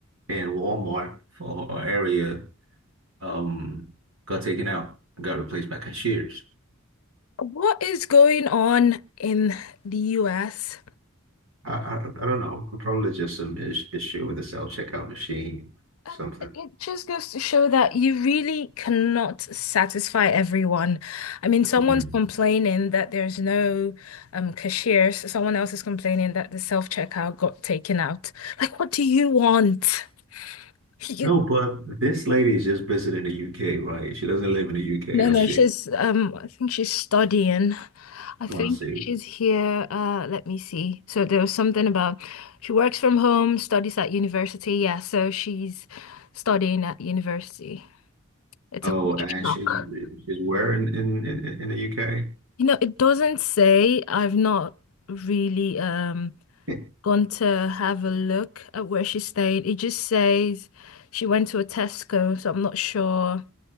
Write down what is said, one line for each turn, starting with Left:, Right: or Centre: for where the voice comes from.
Right: in Walmart for her area um, got taken out got replaced by cashiers.
Left: What is going on in the US?
Right: I, I, I don't know. Probably just some is issue with the self-checkout machine,
Left: Uh,
Right: something.
Left: It just goes to show that you really cannot satisfy everyone. I mean, someone's
Right: Mm.
Left: complaining that there's no um, cashiers. Someone else is complaining that the self-checkout got taken out. Like, what do you want? You
Right: No, but this lady is just visiting the UK, right? She doesn't live in the UK,
Left: no,
Right: or
Left: no,
Right: she?
Left: she's um, I think she's studying. I think
Right: Oh, I see.
Left: she's here. Uh, let me see. So there was something about she works from home, studies at university. Yeah, so she's studying at university. It's
Right: Oh,
Left: a culture
Right: and
Left: shock.
Right: she's she's where in in, in, in the UK?
Left: You know, it doesn't say. I've not really um
Right: <laughs>
Left: gone to have a look at where she stayed. It just says she went to a Tesco, so I'm not sure